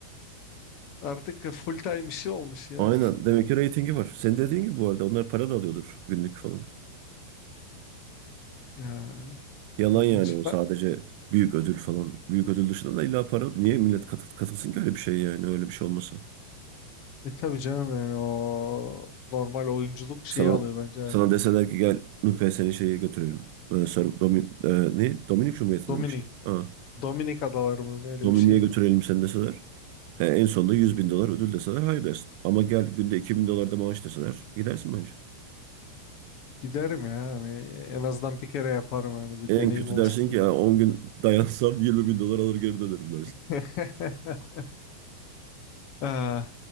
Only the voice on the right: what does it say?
Aynen. Demek ki reytingi var. Senin dediğin gibi bu arada onlar para da alıyordur günlük falan.
Yalan
yani o sadece
büyük ödül falan. Büyük ödül dışında da illa para. Niye millet kat- katılsın ki öyle bir şey yani öyle bir şey olmasın.
Sana
sana deseler ki gel Nurkaya seni şeye götürelim. Ee, Sor, Domin, e, ne? Dominik Cumhuriyeti'nde
mi şey? Ha.
Domini'ye
götürelim seni deseler. E, en sonunda yüz bin dolar ödül deseler hayır dersin. Ama gel günde 2000 dolar da maaş deseler gidersin bence.
En
kötü
dersin ki
ya 10 gün dayansam yirmi bin dolar alır geri dönerim dersin.